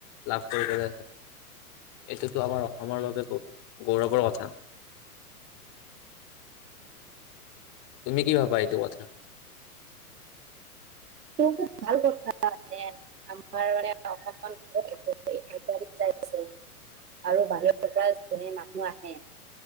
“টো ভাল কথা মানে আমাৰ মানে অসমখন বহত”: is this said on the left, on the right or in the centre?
Right